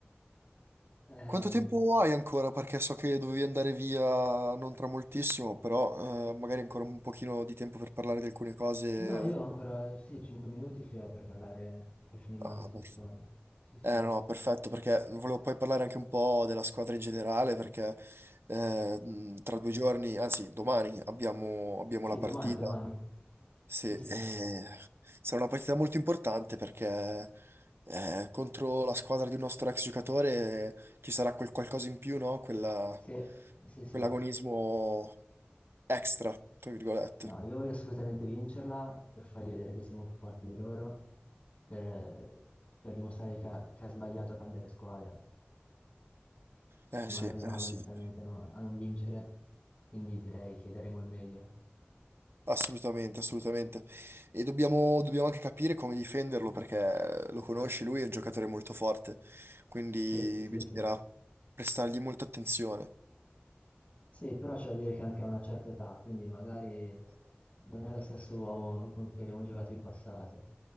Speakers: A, on the left; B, on the right.
A: Ehm,
B: Quanto tempo hai ancora? Perché so che dovevi andare via non tra moltissimo, però eh, magari ancora un pochino di tempo per parlare di alcune cose.
A: no, io ho ancora, sì, 5 minuti ce l'ho per parlare, per finire
B: Ah,
A: una discussione.
B: per-
A: Sì, sì.
B: Eh no, perfetto, perché volevo poi parlare anche un po' della squadra in generale, perché eh, mh, tra due giorni, anzi domani, abbiamo abbiamo
A: Sì,
B: la
A: domani,
B: partita.
A: domani.
B: Sì,
A: Sì,
B: eh,
A: sì.
B: sarà una partita molto importante perché eh, contro la squadra di un nostro ex giocatore eh, ci sarà quel qualcosa in più, no? Quella-
A: Sì, sì, sì.
B: quell'agonismo extra, tra virgolette.
A: No, io voglio assolutamente vincerla per fargli vedere che siamo più forti di loro, per, per dimostrare che ha, che ha sbagliato a cambiare squadra. Ci
B: Eh
A: rimarrei
B: sì, eh
A: male
B: sì,
A: onestamente a non, a non vincere, quindi direi che daremo il meglio.
B: assolutamente, assolutamente. E dobbiamo, dobbiamo anche capire come difenderlo perché lo conosci, lui è un giocatore molto forte, quindi
A: Sì, sì,
B: bisognerà
A: sì.
B: prestargli molta attenzione.
A: Sì, però c'è da dire che anche a una certa età, quindi magari non è lo stesso uomo con cui abbiamo giocato in passato.